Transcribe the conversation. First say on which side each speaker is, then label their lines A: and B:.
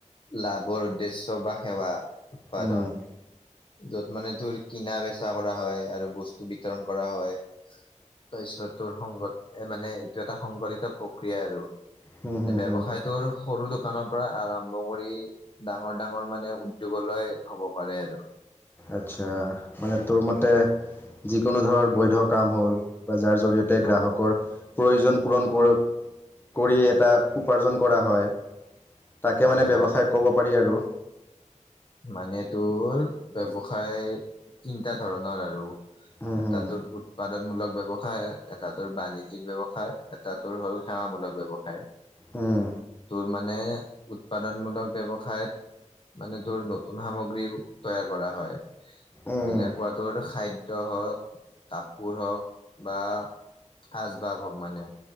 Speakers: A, on the left; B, on the left.
A: লাভ উদ্দেশ্যে বা সেৱা উৎপাদন
B: উম।
A: য'ত মানে তোৰ কিনা বেচা কৰা হয় আৰু বস্তু বিতৰণ কৰা হয়। তাৰপিছত, তোৰ সংগত মানে এইটো এটা সংঘঠিত প্ৰক্ৰিয়া আৰু এনে
B: হুম হুম
A: ব্যৱসায়টোৰ
B: হুম।
A: সৰু দোকানৰ পৰা আৰম্ভ কৰি ডাঙৰ ডাঙৰ মানে উদ্যোগলৈ হ'ব পাৰে আৰু
B: আচ্ছা, মানে তোৰ মতে যিকোনো ধৰ বৈধ কাম হ'ল বা যাৰ জৰিয়তে গ্ৰাহকৰ
A: অ
B: প্ৰয়োজন পূৰণ কৰ-কৰি এটা উপাৰ্জন কৰা হয়। তাকে,
A: হয়
B: মানে ব্যৱসায়
A: হয়
B: ক'ব পাৰি আৰু
A: মানে তোৰ ব্যৱসায় তিনিটা ধৰণৰ আৰু
B: উম
A: এটাৰ
B: হুম
A: তোৰ উৎপাদক মূলক ব্যৱসায় এটাতোৰ বাণিজ্যিক ব্যয়ৱসায় এটাতোৰ হ'ল সেৱামূলক ব্যবসায়।
B: উম।
A: তোৰ মানে উৎপাদনমূলক ব্যৱসায়ত মানে তোৰ নতুন সামগ্ৰী তৈয়াৰ কৰা হয়।
B: উম।
A: তেনেকুৱা তোৰ খাদ্য হওঁক, কাপোৰ হওঁক বা আচবাব হওঁক মানে